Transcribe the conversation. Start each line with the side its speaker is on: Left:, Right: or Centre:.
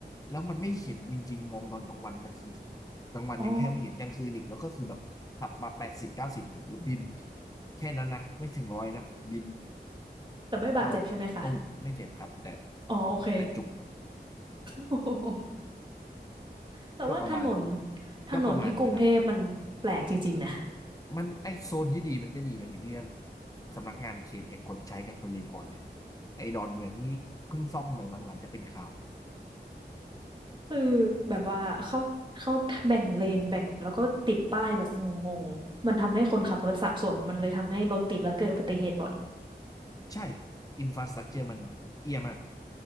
Left: แล้วมันไม่เห็นจริงๆ มองตอนกลางวันกลางคืนกลางวันยังแค่ไม่เห็นกลางคืนอีกแล้วก็คือแบบขับมาแปดสิบเก้าสิบอีกแล้วบิน
Right: อ๋อ
Left: แค่นั้นนะไม่ถึงร้อยนะบิน
Right: แต่ไม่บาดเจ็บใช่ไหมคะ
Left: แล้วก็แบบตูมไม่เจ็บครับ แต่
Right: อ๋อโอเค
Left: แต่จุก
Right: <laughs> แต่ว่าถนน
Left: ก็ประมาณ
Right: ถนนที่กรุงเทพมันแปลกจริงๆนะ
Left: ก็ประมาณนี้ครับ มันไอโซนที่ดีมันก็ดีครับอยู่ที่สำนักงานเขตกับคนใช้กับคนรีพอร์ตเลยไอดอนเมืองนี้เพิ่งซ่อมใหม่บางหลังจะเป็นข่าว
Right: คือแบบว่าเขาเขาแบ่งเลนแบ่งแล้วก็ติดป้ายแบบงงๆมันทำให้คนขับรถสับสนมันเลยทำให้รถติดแล้วเกิดอุบัติเหตุบ่อย
Left: ใช่อินฟราสตรั t เจอมันเอียมาก